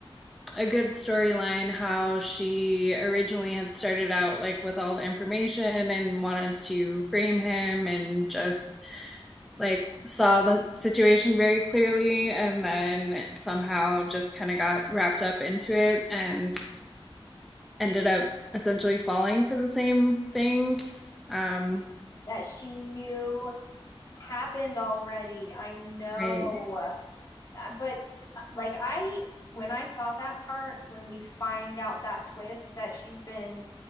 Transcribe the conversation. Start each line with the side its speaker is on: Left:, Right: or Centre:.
Centre: a good storyline how she originally had started out like with all the information and wanted to frame him and just like saw the situation very clearly and then somehow just kind of got wrapped up into it and ended up essentially falling for the same things um
Left: That she knew happened already. I know.
Centre: right
Left: Uh, But like I when I saw that part, when we find out that twist that she's been